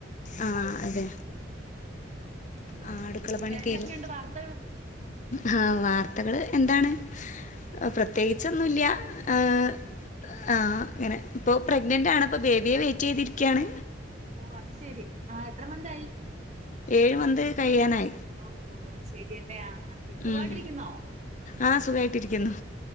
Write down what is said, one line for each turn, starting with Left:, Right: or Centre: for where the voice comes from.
Left: ആ അതെ
Right: ആഹ് ഉം
Left: ആ അടുക്കള
Right: പിന്നെ
Left: പണി
Right: വേറെന്തൊക്കെയുണ്ട്
Left: തീർന്നു
Right: വാർത്തകള്
Left: ആഹ് വാർത്ത ത്തകള് എന്താണ് പ്രത്യേകിച്ച് ഒന്നുല്യാ
Right: ഉം
Left: ആഹ്
Right: ഇല്ല
Left: ആ ങ്ങനെ ഇപ്പോ പ്രഗ്നൻ്റ് ആണ് ഇപ്പോ ബേബിയെ വെയിറ്റ് ചെയ്തിരിക്കാണ്
Right: ഓ അത് ശരി ആ എത്ര മന്തായി
Left: ഏഴു മന്ത് കഴിയാനായി
Right: ആ ഓ ഓ മനസ്സിലായ് <unintelligible> സുഖായിട്ട്
Left: ഉം.
Right: ഇരിക്കുന്നോ
Left: ആഹ് സുഖായിട്ടിരിക്കുന്നു.